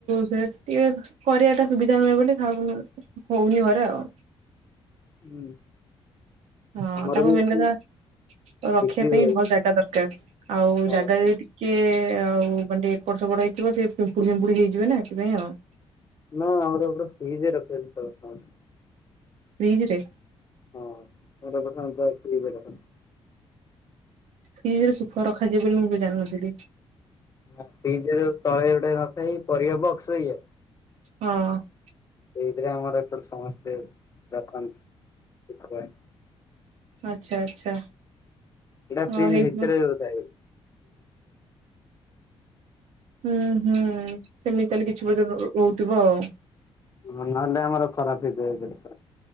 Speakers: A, on the right; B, on the left.
A: ସେ ଟିକେ କରିବା ଟା ସୁବିଧା ନୁହେଁ ବୋଲି ଖାଉନୁ ହୋଉନି ଘରେ ଆଉ।
B: ହୁଁ।
A: ହଁ
B: ଆମର
A: ତାକୁ
B: ବି
A: ମେନ୍
B: ଏଠି
A: କଥା ରଖିବା
B: ବିକ୍ରି
A: ପାଇଁ
B: ହୁଏ
A: ଭଲ ଜାଗା ଦରକାର। ଆଉ
B: ହଁ।
A: ଜାଗା ବି କିଏ ଆଉ ମାନେ ଏକଡ ସେକଡ ହେଇଥିବ ସେ ପିମ୍ପୁଡି ଫିମ୍ପୁଡି ହେଇଯିବ ନା ଏଥିପାଇଁ ଆଉ।
B: ନା ଆମର ଏର ଫିଜ ରଖୁଛନ୍ତି <unintelligible>
A: ଫିଜ ରେ
B: <unintelligible>
A: ଫ୍ରିଜରେ ସୁଖ ରଖାଯିବଏ ବୋଲି ମୁଁ ଜାଣିନଥିଲି।
B: ନା ଫ୍ରିଜରେ ଯଉ ତଳେ ଗୋଟେ ନଥାଏ ପରିବା ବକ୍ସ ବାଗିଆ
A: ହଁ।
B: ସେଇଥିରେ ଆମର ଏପଟୁ ସମସ୍ତେ ରଖନ୍ତି ଶଖୁଆ।
A: ଆଚ୍ଛା ଆଚ୍ଛା।
B: ଏଇଟା
A: ହଁ
B: ଫ୍ରିଜ୍
A: ହେଇଥିବ
B: ଭିତରେ ହଉଥାଏ।
A: ହୁଁ ହୁଁ ସେମିତି ତାହଲେ କିଛି ବେଧେ ରହୁଥିବ ଆଉ।
B: ହ ନହେଲେ ଆମର ଖରାପ ହେଇଯାଏ ଏପଟେ।